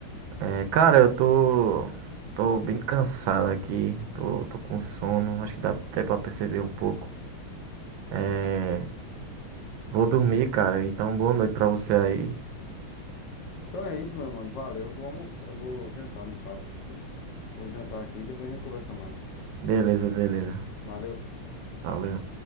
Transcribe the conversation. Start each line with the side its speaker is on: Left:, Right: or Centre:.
Right: É, cara, eu tô, tô bem cansado aqui, tô, tô com sono, acho que dá até pra perceber um pouco. É, vou dormir, cara, então boa noite pra você aí.
Left: Então é isso, meu mano. Valeu. Eu vou almoçar, eu vou jantar, no caso, desculpa. Vou jantar aqui e depois a gente conversa mais.
Right: Beleza, beleza.
Left: Valeu.
Right: Valeu.